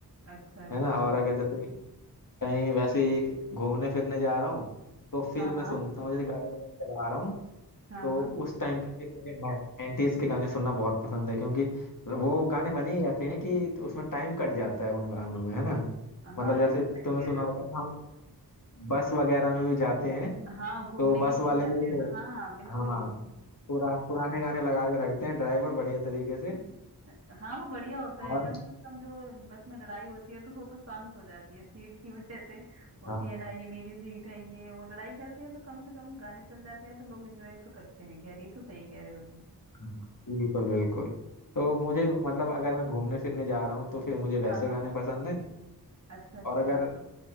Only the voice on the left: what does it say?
है ना और अगर जैसे कहीं वैसे ही घूमने फिरने जा रहा हूँ तो फिर
मैं
सुनता हूँ जैसे गाड़ी वगैरह चला रहा हूँ
तो
उस टाइम पे फिर मुझे 90s के गाने सुनना बहुत पसंद है क्योंकि वो गाने बने ही ऐसे हैं कि तो उसमें टाइम कट जाता है उन गानों में है ना मतलब
जैसे
तुमने
सुना
होगा
कि हम बस वगैरह में भी जाते हैं
तो बस
वाले
भी जैसे
हाँ पुरा पुराने गाने लगा के रखते हैं ड्राइवर बढ़िया तरीके से
और
हाँ
हाँ, बिल्कुल बिल्कुल तो मुझे मतलब अगर मैं घूमने फिरने जा रहा हूँ तो फिर मुझे वैसे
गाने पसंद है
और अगर